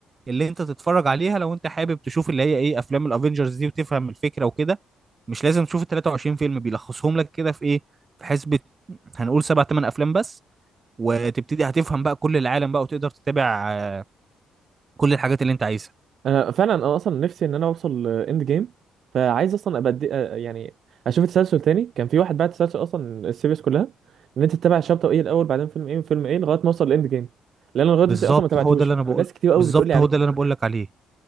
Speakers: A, on the right (about 30°); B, on the right (about 60°).
A: اللي انت تتفرج عليها لو انت حابب تشوف اللي هي ايه افلام الافينجرز دي وتفهم الفكره وكده مش لازم تشوف ال 23 فيلم بيلخصهم لك كده في ايه في حسبه هنقول سبع ثمان افلام بس وتبتدي هتفهم بقى كل العالم بقى وتقدر تتابع آه، كل الحاجات اللي انت عايزها
B: انا فعلا انا اصلا نفسي ان انا اوصل اند جيم فعايز اصلا ابقى أدي- آه، يعني اشوف التسلسل تاني كان في واحد بعت تسلسل اصلا السيريز كلها ان انت تتابع الشابتر ايه الاول بعدين فيلم ايه وفيلم ايه لغايه ما اوصل لاند جيم لان انا لغايه
A: بالظبط
B: دلوقتي اصلا ما تابعتوش
A: هو ده اللي انا بقول
B: والناس كتير قوي
A: بالظبط
B: بتقول لي عليه
A: هو ده اللي
B: <laughs>
A: انا بقول لك عليه